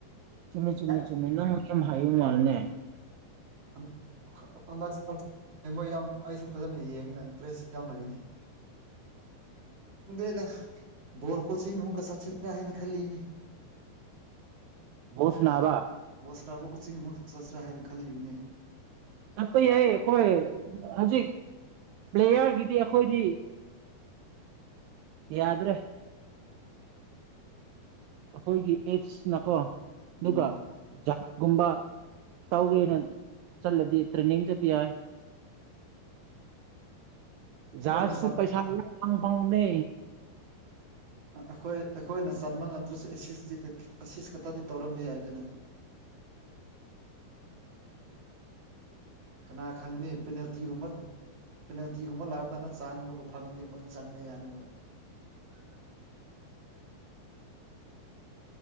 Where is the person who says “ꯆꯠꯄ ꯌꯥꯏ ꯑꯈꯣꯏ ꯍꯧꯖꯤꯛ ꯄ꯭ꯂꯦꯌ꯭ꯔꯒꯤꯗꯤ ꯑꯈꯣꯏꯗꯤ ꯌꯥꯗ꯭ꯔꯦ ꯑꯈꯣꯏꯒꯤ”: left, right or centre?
Right